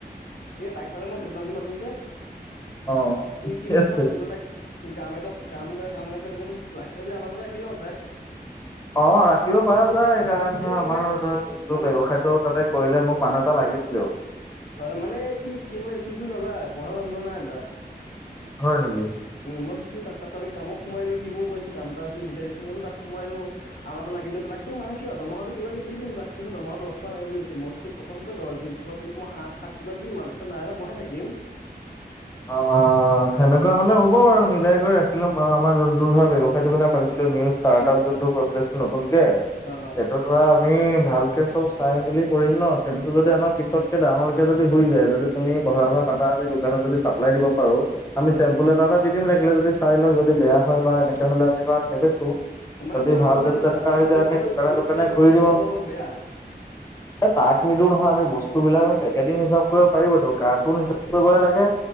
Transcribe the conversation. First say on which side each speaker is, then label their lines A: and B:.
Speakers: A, on the left; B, on the left.
A: এ তাক মানে মই হেটো নাম দি মাতো যে,
B: অ', ঠিকে
A: সি সি মানে
B: আছে।
A: কৈ আছিল মানে তাক সি কাম এটাত, কাম গাই কাম নাই কৈ আছিল। মই বোলো লাখে যে আমাৰ তাতে ৰাখি দিয়ক তাক।
B: অ' ৰাখিব পাৰা যায় কাৰণ ধৰা
A: এই
B: আমাৰ
A: মানে
B: ধৰা জোনটো
A: মানে
B: ব্যৱসায়টো তাতে কৰিলে মোক মানুহ এটা লাগিছ
A: হয় মানে কি সি মানে স্কুলখন নাযায়। পঢ়া <unintelligible> ধান্দা নাই তাৰ।
B: হয় নেকি?
A: উ মই <unintelligible> তাত-তাত-তাতে কাম সোমোৱাই লৈ সি মোৰ কৈছিল কাম টা আছে বিচাই দেচোন। মইতো তাত সুমাইৰো আমা যে লাগিদৈ পিলাক তো মাই কিয় দমহাওটো কিবাকে দি দিম তাক। কৈছে দমহাও দশমান লায়ে বুলি কৈছে মচ তো প্ৰথম কিয় দছ দিম। প্ৰথম তোক মই আঠ সাত কিবা দিম আ তাছত লাই লা বহাই থাকিম।
B: অ' সেনেকুৱা হ'লে হ'ব বাৰু মিলাই কৰি ৰাখি লম আৰু আমাৰ জোন তোৰ ধ ব্যবসায়টো কথা পাতিছিলোঁ নিউ ষ্টাৰ্ট
A: উম
B: আপ জোনটো <unintelligible> নতুনকে
A: অ অ
B: সেটোত কৰা আমি ভালকে চব চাই মেলি কৰিম ন সেটোতো যদি আমাৰ পিছতকে ডাঙৰকে যদি হৈ যায়, যদি তুমি কথা
A: অ
B: চথা পাতা যে দোকানত যদি চাপ্লাই দিব পাৰোঁ, আমি
A: হয়
B: চেম্পু
A: হয়
B: ল কিবা এটা দি দিম লাগিলে যদি চাই লওঁ যদি বেয়া হয় বা এনেকে হ'লে আমি ধৰা নেবেচো।
A: মানে
B: যদি
A: তাৰ
B: ভাল
A: অকণ
B: যদি
A: কি
B: <unintelligible>
A: জানা তাৰ
B: হৈ
A: খালি
B: যায় আমি
A: মানে এটা
B: দোকানে
A: প্ৰব্লেম
B: দোকানে
A: আছে সি
B: ঘূৰি
A: মানে
B: দিওঁ।
A: হিচাপত অলপ বেয়া
B: এ তাক নিদো নহয় আমি বস্তু বিলাক আমি পেকেটিং হিচাপ কৈ পাৰিবতো কাৰ্টুন হিচাপ <unintelligible> লাগে।